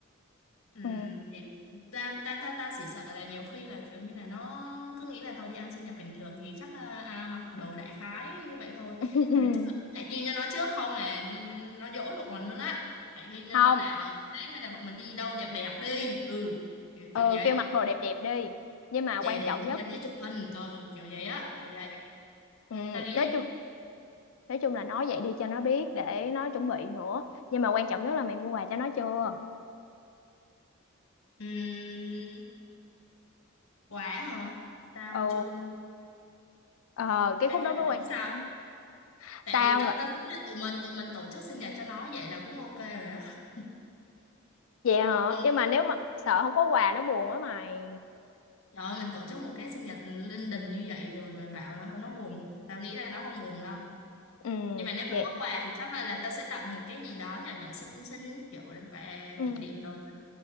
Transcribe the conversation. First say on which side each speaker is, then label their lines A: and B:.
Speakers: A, on the left; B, on the left.
A: Ừ,
B: ừ.
A: thì ta ta ta ta chỉ sợ là nhiều khi là kiểu như là nó cứ nghĩ là thôi đi ăn sinh nhật bình thường thì chắc là, à, mặc đồ đại khái vậy thôi
B: Ừ,
A: nhưng mà chắc là cũng phải ghi cho nó trước không là nó dỗi bọn mình luôn á phải ghi cho
B: không
A: nó là ở đấy hay là bọn mình đi đâu đẹp đẹp đi ừ kiểu,
B: ừ,
A: kiểu vậy
B: kêu mặc đồ đẹp đẹp đi nhưng mà
A: để
B: quan
A: để
B: trọng
A: để
B: nhất
A: nhân đi chụp hình ừ kiểu vậy á kiểu vậy
B: ừ,
A: ta, ta nghĩ
B: nói
A: là
B: chung nói chung là nói vậy đi cho nó biết để nó chuẩn bị nữa nhưng mà quan trọng nhất là mày mua quà cho nó chưa
A: ừm, quà hả tao
B: ừ
A: chưa mua
B: ờ, cái
A: hay
B: khúc đó
A: quà
B: mới
A: bánh
B: quan trọng
A: sao
B: á má.
A: tại
B: tao
A: vì ta
B: ngờ
A: ta thấy là tụi mình tụi mình tổ chức sinh nhật cho nó vậy là cũng ok rồi á
B: vậy hả
A: Ừ,
B: nhưng mà nếu mà sợ không có quà nó buồn á mày
A: trời ơi, mình tổ chức một cái sinh nhật linh đình như vậy rồi mà bảo là không nó buồn. Tao nghĩ là nó không buồn đâu.
B: ừ
A: Nhưng mà nếu
B: vậy
A: mà có quà
B: hả?
A: thì chắc là, là tao sẽ tặng một cái gì đó nhỏ nhỏ xinh xinh kiểu là quà
B: ừ
A: kỷ niệm đồ.